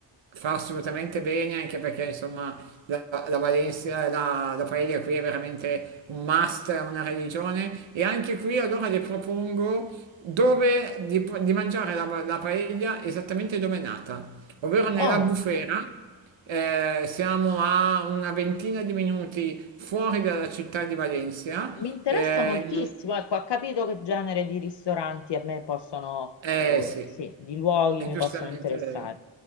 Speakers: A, on the right; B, on the left.
A: Fa assolutamente bene anche perché insomma la, la Valencia, la, la paella qui è veramente un must, è una religione e anche qui allora le propongo dove di, di mangiare la, la paella esattamente dove è nata, ovvero nella
B: Oh,
A: bufera, eh, siamo a una ventina di minuti fuori dalla città di Valencia,
B: Mi interessa
A: eh,
B: moltissimo, ecco, ha capito che genere di ristoranti a me possono,
A: Eh
B: o,
A: sì,
B: sì, di luoghi
A: è
B: mi
A: giustamente...
B: possono interessare.